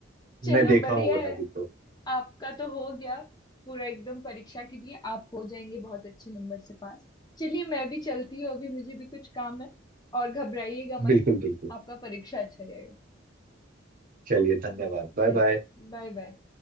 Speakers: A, on the left (about 20°); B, on the right (about 45°).
A: चलो
B: मैं देखा
A: बढ़िया
B: हूँ वो
A: है
B: नदी को
A: आपका तो हो गया पूरा एकदम परीक्षा के लिए आप हो जाएंगे बहुत अच्छे नंबर से पास चलिए मैं भी चलती हूँ अभी मुझे भी कुछ काम है और घबराइएगा मत
B: बिल्कुल बिल्कुल
A: आपका परीक्षा अच्छा जाएगा
B: चलिए धन्यवाद बाय
A: चलिए
B: बाय
A: बाय बाय